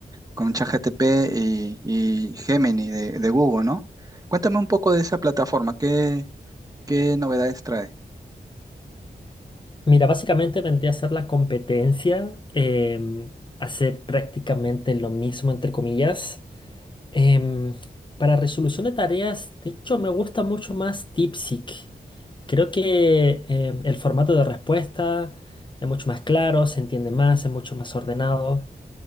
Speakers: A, on the right; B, on the left.
A: con ChatGPT y, y Gemini de, de Google, ¿no? Cuéntame un poco de esa plataforma, ¿qué, qué novedades trae?
B: Mira, básicamente vendría a ser la competencia, em, hacer prácticamente lo mismo, entre comillas. Em, para resolución de tareas, de hecho, me gusta mucho más DeepSeek. Creo que em, el formato de respuesta es mucho más claro, se entiende más, es mucho más ordenado.